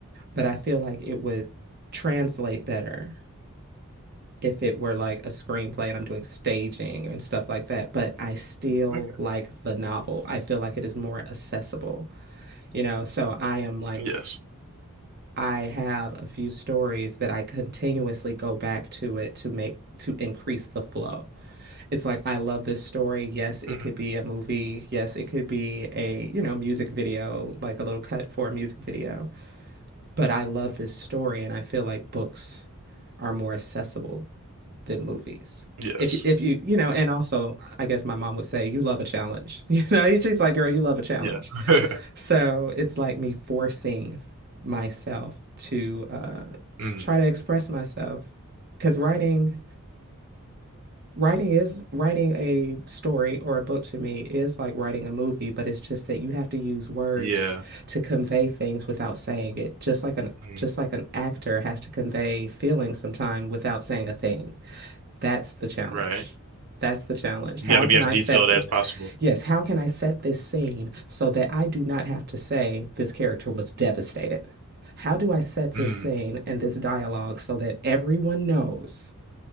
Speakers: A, on the right; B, on the right.
A: But I feel like it would translate better if it were like a screenplay and I'm doing staging and stuff like that. But I still
B: Okay.
A: like the novel. I feel like it is more accessible, you know? So I am like,
B: Yes.
A: I have a few stories that I continuously go back to it to make to increase the flow. It's like I love this story. Yes, it
B: Mhm.
A: could be a movie. Yes, it could be a, you know, music video, like a little cut for a music video. But I love this story and I feel like books are more accessible than movies.
B: Yes.
A: If you, if you, you know, and also I guess my mom would say you love a challenge. <laughs> You know, she's like, girl, you love a challenge.
B: Yeah. <laughs>
A: So it's like me forcing myself to uh,
B: Mm.
A: try to express myself because writing writing is writing a story or a book to me is like writing a movie, but it's just that you have to use words
B: Yeah.
A: to convey things without saying it. Just like an
B: Mm.
A: just like an actor has to convey feelings sometime without saying a thing. That's the challenge.
B: Right.
A: That's the challenge.
B: You
A: How
B: got to
A: can
B: be as
A: I
B: detailed
A: set the,
B: as possible.
A: Yes, how can I set this scene so that I do not have to say this character was devastated? How do I set this
B: Mm,
A: scene and this dialogue so that everyone knows